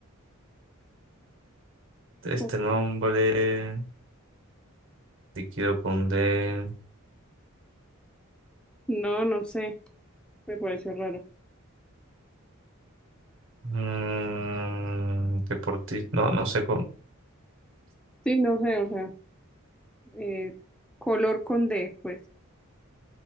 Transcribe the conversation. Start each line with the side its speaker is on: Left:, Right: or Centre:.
Right: Este
Centre: Ok.
Right: nombre. Líquido con D.
Centre: No, no sé. Me pareció raro.
Right: Mm, deportista, no, no sé con...
Centre: Sí, no sé, o sea, eh, color con D, pues.